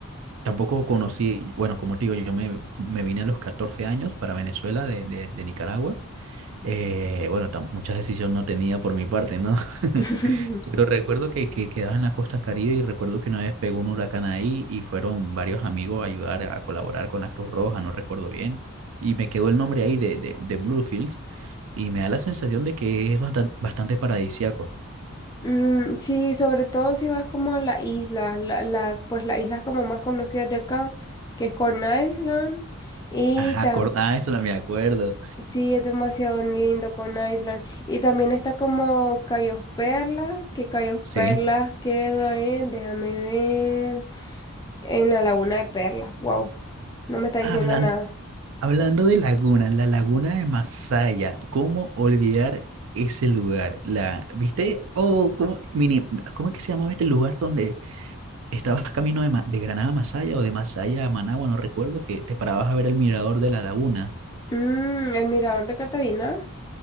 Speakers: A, on the right; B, on the left.
A: Tampoco conocí, bueno, como te digo, yo me, me vine a los 14 años para Venezuela de, de- de Nicaragua. Eh, bueno, tam- muchas decisiones no tenía por mi parte, ¿no? <laughs>
B: <laughs>
A: Pero recuerdo que, que quedaba en la costa Caribe y recuerdo que una vez pegó un huracán ahí y fueron varios amigos a ayudar a colaborar con la Cruz Roja, no recuerdo bien. Y me quedó el nombre ahí de, de, de Bluefields y me da la sensación de que es bastante, bastante paradisíaco.
B: Mm, sí, sobre todo si vas como a la isla la, la, pues las islas como más conocidas de acá, que es Corn Island, y
A: Ajá,
B: ta,
A: acor- <laughs> ah, eso no me acuerdo.
B: sí, es demasiado lindo Corn Island. Y también está como Cayos Perlas, que Cayos
A: Sí.
B: Perlas queda en, déjame ver, en la Laguna de Perlas, wow, no me está diciendo
A: Habla
B: nada.
A: Hablando de laguna, la laguna de Masaya, ¿cómo olvidar ese lugar? La, ¿viste? Oh, ¿cómo, mini, ¿cómo es que se llamaba este lugar donde estabas camino de, Ma- de Granada a Masaya o de Masaya a Managua? No recuerdo, que te parabas a ver el mirador de la laguna.
B: Mm, el Mirador de Catarina,